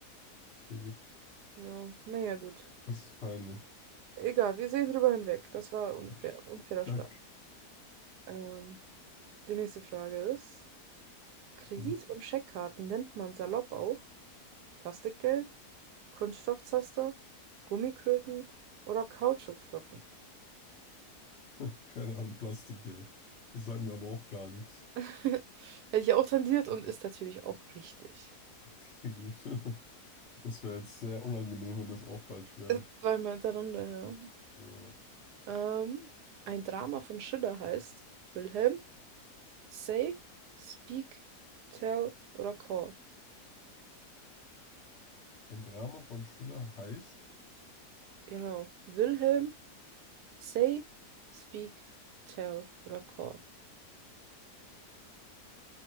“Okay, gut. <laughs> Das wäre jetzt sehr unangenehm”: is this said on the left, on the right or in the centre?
Left